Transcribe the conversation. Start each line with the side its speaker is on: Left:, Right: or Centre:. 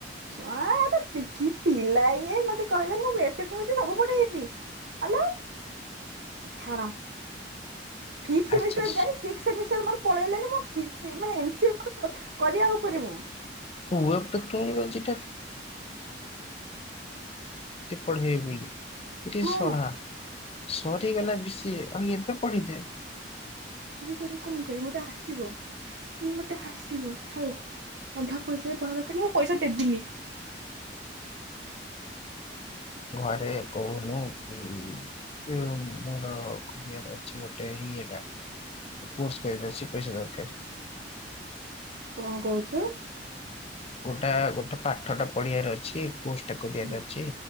Right: ସଆଁ କି ପିଲା ଇଏ ମତେ କହିଲା ମୁଁ ଏତେ ପଡିଛି ସବୁ ପଡେଇ ବି। ହଲୋ ଛାଣ। ଫିଫ୍ ସେମିଷ୍ଟାର
Left: ଆଚ୍ଛା।
Right: ଯାଇ ସିକ୍ସ ସେମିଷ୍ଟର ମୋର ପଳେଇଲାଣି ମୁଁ ପିସି ମାନେ ଏମିସ୍‌ କରିବା ଉପରେ ମୁଁ
Left: <unintelligible> ପଢେଇଵେ ବୋଲି ରେ
Right: ହଁ
Left: ସଳା ସରିଇଗଲା ବି ସି ଏ ଆମେ ଏବେ ପଡ଼ିଛେ।
Right: ଇବେ ପଢ଼ିକି କଣ କରିବି ମତେ ଆସିବ। ଉଁ ମତେ ଆସିବ ଥାଉ, ଅଧା ପଇସାରେ ଫଳ ଦରକାର ନାଇଁ ମୁଁ ପଇସା ଦେବିନି।
Left: ଘରେ କହୁନୁ କି? ଏଇ ଯୋଉ ମୋର ଅଛି ଖୋଲିବାର ଅଛି ଗୋଟେ ଇଏଟା। କୋର୍ସ ପାଇଁ ବେଶୀ ପଇସା ଦରକାର।
Right: କଣ କହୁଛୁ?
Left: ଗୋଟା ଗୋଟେ ପାଠ ଟା ପଢ଼ିବାର ଅଛି କୋର୍ସ ଟା କରିବାର
Right: ହୁଁ
Left: ଅଛି